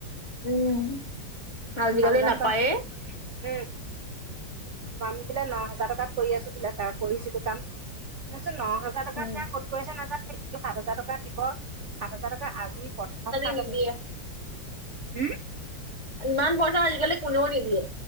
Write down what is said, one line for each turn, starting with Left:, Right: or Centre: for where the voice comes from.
Left: উম। আজিকালি
Right: সাত হাজাৰ
Left: নাপায়ে।
Right: টকা, উম <unintelligible> আমি বোলে ন' হাজাৰ টকাত কৰি আছো বোলে কাম কৰিছিলো কাম, মইছোঁ ন' হে হাজাৰ টকাত
Left: উম,
Right: ধৰা ক'ত কৰিছে নাজানো <unintelligible> সাত হাজাৰ টকা দিব। সাত হাজাৰ টকা আজি প্ৰথম সাত
Left: নিদিয়ে।
Right: উম?
Left: ইমান পইচা আজিকালি কোনেও নিদিয়ে।